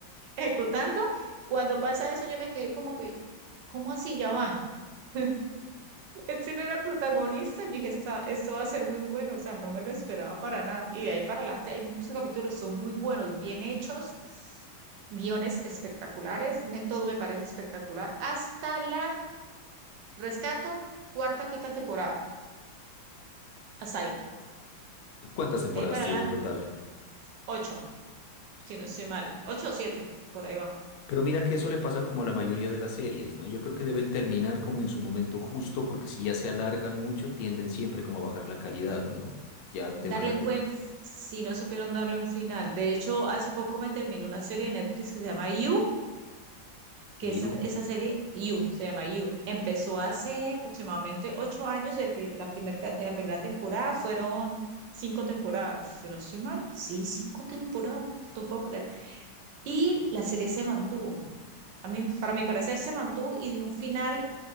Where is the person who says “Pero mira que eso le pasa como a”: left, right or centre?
Left